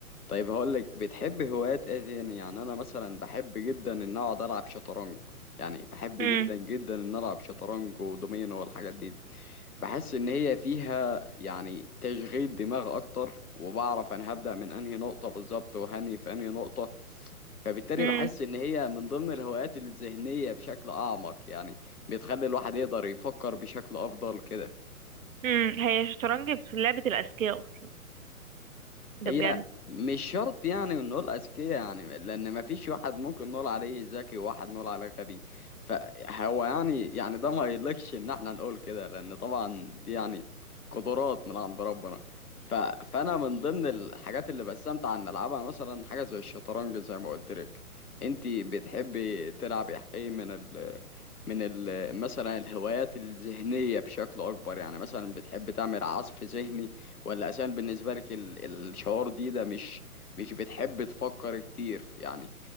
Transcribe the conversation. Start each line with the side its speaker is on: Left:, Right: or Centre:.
Left: طيب هقولك بتحب هوايات ايه تاني يعني انا مثلا بحب جدا ان اقعد العب شطرنج يعني بحب
Right: امم
Left: جدا جدا ان العب شطرنج ودومينو والحاجات دي بحس ان هي فيها يعني تشغيل دماغ اكتر وبعرف انا هبدأ من انهي نقطة بالظبط وهني في انهي نقطة فبالتالي
Right: امم
Left: بحس ان هي من ضمن الهوايات الذهنية بشكل اعمق يعني بتخلي الواحد يقدر يفكر بشكل افضل كده
Right: امم هي الشطرنج في لعبة الاذكياء اصلا ده
Left: هي
Right: بجد
Left: مش شرط يعني نقول أذكياء يعني لأن مفيش واحد ممكن نقول عليه ذكي وواحد نقول عليه غبي فهو يعني يعني ده ما يليقش إن احنا نقول كده لأن طبعا دي يعني قدرات من عند ربنا ف... فأنا من ضمن الحاجات اللي بستمتع إن ألعبها مثلا حاجة زي الشطرنج زي ما قلت لك أنتي بتحبي تلعبي إيه من ال من ال مثلا الهوايات الذهنية بشكل أكبر يعني مثلا بتحب تعمل عصف ذهني ولا عشان بالنسبة لك ال- الشعور دي ده مش مش بتحب تفكر كتير يعني